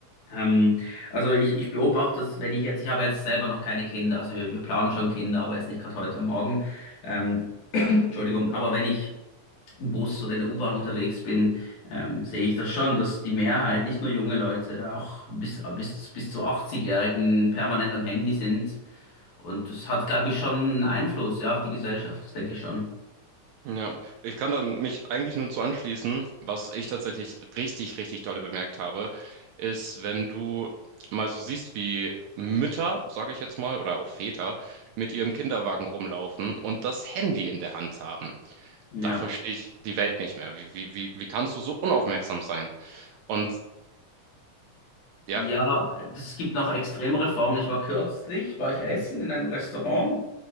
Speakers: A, on the left; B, on the right.
A: Ähm, also ich, ich beobachte das, wenn ich jetzt, ich habe jetzt selber noch keine Kinder, also wir, wir planen schon Kinder, aber jetzt nicht gerade heute und Morgen. Ähm, <clears throat> Entschuldigung, aber wenn ich im Bus oder in der U-Bahn unterwegs bin, ähm, sehe ich das schon, dass die Mehrheit, nicht nur junge Leute, auch bis, bis, bis zu 80-Jährigen permanent am Handy sind. Und das hat, glaube ich, schon einen Einfluss, ja, auf die Gesellschaft, das denke ich schon.
B: Ja, ich kann da mich eigentlich nur zu anschließen. Was ich tatsächlich richtig, richtig dolle bemerkt habe, ist, wenn du mal so siehst, wie Mütter, sage ich jetzt mal, oder auch Väter mit ihrem Kinderwagen rumlaufen und das Handy in der Hand haben.
A: Ja.
B: Da verstehe ich die Welt nicht mehr. Wie, wie, wie, wie kannst du so unaufmerksam sein? Und ja,
A: Ja, es gibt noch extremere Formen. Ich war kürzlich, war ich essen in einem Restaurant.